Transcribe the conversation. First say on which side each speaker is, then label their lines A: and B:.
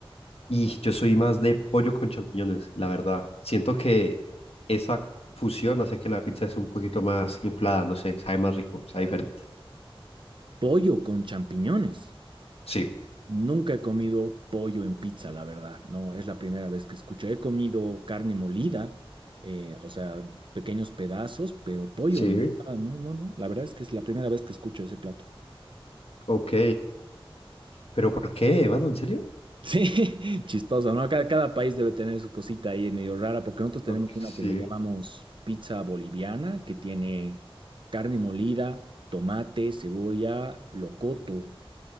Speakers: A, on the left; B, on the right.
A: Y yo soy más de pollo con champiñones, la verdad. Siento que esa fusión hace que la pizza es un poquito más inflada, no sé, sabe más rico, sabe diferente.
B: Pollo con champiñones.
A: Sí.
B: Nunca he comido pollo en pizza, la verdad, no, es la primera vez que escucho. He comido carne molida, eh, o sea, pequeños pedazos, pero pollo,
A: Sí,
B: nunca, no, no, no, la verdad es que es la primera vez que escucho ese plato. <laughs>
A: ok. ¿Pero por qué, mano? ¿En serio?
B: Sí, chistoso, ¿no? Cada, cada país debe tener su cosita ahí medio rara, porque nosotros tenemos
A: Ok,
B: una
A: sí.
B: que le llamamos pizza boliviana, que tiene carne molida, tomate, cebolla, locoto.